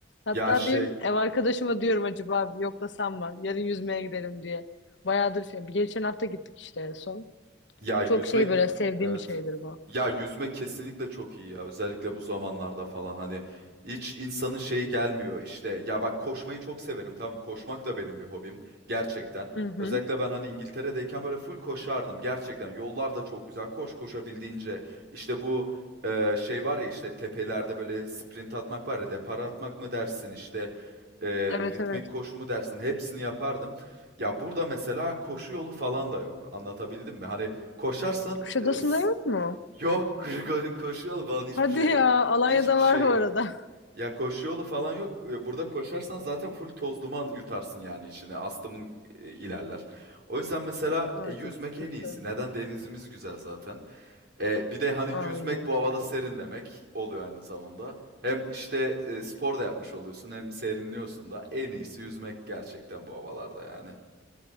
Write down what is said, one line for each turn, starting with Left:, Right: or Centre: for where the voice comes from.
Left: Hatta
Right: Ya şey.
Left: bir ev arkadaşıma diyorum acaba yoklasam mı? Yarın yüzmeye gidelim diye. Bayağıdır şey. Geçen hafta gittik işte en son.
Right: Ya yüzmek
Left: Çok şey böyle sevdiğim
Right: evet.
Left: bir şeydir bu.
Right: Ya yüzmek kesinlikle çok iyi ya. Özellikle bu zamanlarda falan hani hiç insanın şeyi gelmiyor işte. Ya bak koşmayı çok severim tamam mı? Koşmak da benim bir hobim gerçekten.
Left: Hı hı.
Right: Özellikle ben hani İngiltere'deyken böyle full koşardım gerçekten. Yollar da çok güzel. Koş koşabildiğince. İşte bu e, şey var ya işte tepelerde böyle sprint atmak var ya depara atmak mı dersin işte e,
Left: Evet
Right: ritmik
Left: evet.
Right: koşu mu dersin hepsini yapardım. Ya burada mesela koşu yolu falan da yok. Anlatabildim mi? Hani Koşarsan
Left: Kuşadası'nda
Right: e, s-
Left: yok mu?
Right: yok <laughs> ko- koşu yolu falan hiçbir
Left: Hadi
Right: şey
Left: ya.
Right: yok.
Left: Alanya'da
Right: Hiçbir şey
Left: var bu
Right: yok.
Left: arada.
Right: Ya koşu yolu falan yok. E, Burada koşarsan zaten full toz duman yutarsın yani içine. Astımın e, ilerler. O yüzden mesela
Left: <laughs> Aa,
Right: e, yüzmek
Left: çok sıkıntı.
Right: en iyisi. Neden? Denizimiz güzel zaten. E, bir de hani
Left: Aynen.
Right: yüzmek bu havada serinlemek oluyor aynı zamanda. Hem işte e, spor da yapmış oluyorsun hem serinliyorsun da en iyisi yüzmek gerçekten bu havalarda yani.